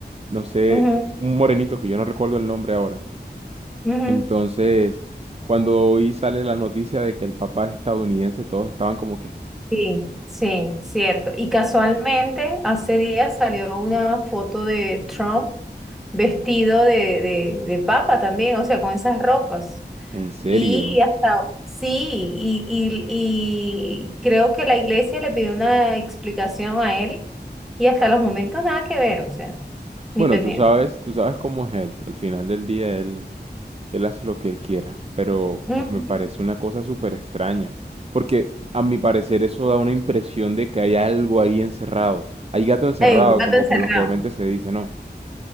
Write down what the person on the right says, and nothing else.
no sé,
un morenito que yo no recuerdo el nombre ahora.
Entonces, cuando hoy sale la noticia de que el papá es estadounidense, todos estaban como que,
¿en serio?
Bueno,
tú sabes, tú sabes cómo es él. Al final del día él Él hace lo que él quiera, pero
pues me parece una cosa súper extraña, porque a mi parecer eso da una impresión de que hay algo ahí encerrado, hay gato encerrado,
como
coloquialmente se dice, ¿no?